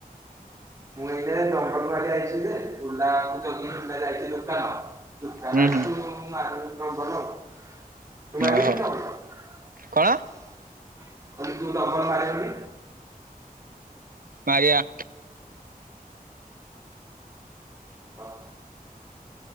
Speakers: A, on the right; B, on the right.
A: ମୁଁ ଏଇ ଡଙ୍ଗର ମାର ଆଇଛି। <unintelligible>
B: ହୁଁ ହୁଁ ଓହୋ କଣ
A: <unintelligible> ଦବ। <unintelligible>
B: ମାରିଆ।
A: ହଁ।